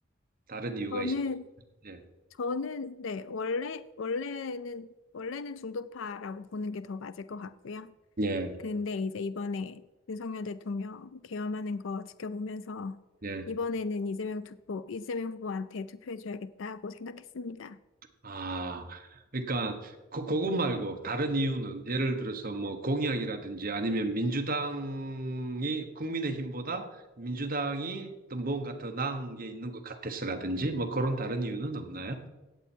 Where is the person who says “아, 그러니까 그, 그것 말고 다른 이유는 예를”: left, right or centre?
Right